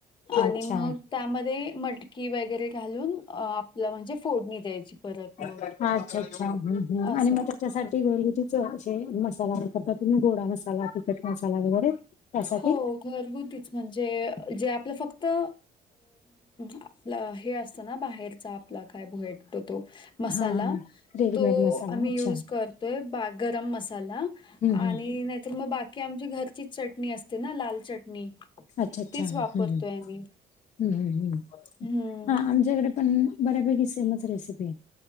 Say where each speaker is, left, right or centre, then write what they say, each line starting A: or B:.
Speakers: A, on the left; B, on the left.
A: आणि
B: अच्छा.
A: मग त्यामध्ये मटकी वगैरे, घालून अ, आपलं म्हणजे फोडणी द्यायची परत मग
B: अच्छा अच्छा, आणि
A: असं.
B: मग. च्यासाठी घरगुती. सो. शे- मसालारता तुम्ही, गोडा मसाला तिखट मसाला वगैरे त्यासाठीं.
A: हो, घरगुतीच म्हणजे, जे आपलं फक्त अ आपलं हे असत ना, बाहेरचा आपला काय भेटतो तो. मसाला
B: हा हा रेडीमेड
A: तो
B: मसाला
A: आम्ही
B: अच्छा
A: यूज करतोय, बा गरम मसाला.
B: हम्म हम्म
A: नाहीतर मग बाकी आमच्या घरची चटणी असते, ना लाल चटणी
B: अच्छा अच्छा
A: तीच
B: हम्म
A: वापरतोय
B: हम्म.
A: आम्ही.
B: हम्म हम्म.
A: हम्म.
B: हां आमच्याकडे पण, बऱ्यापैकी सेमच रेसिपी आहेत‌‌.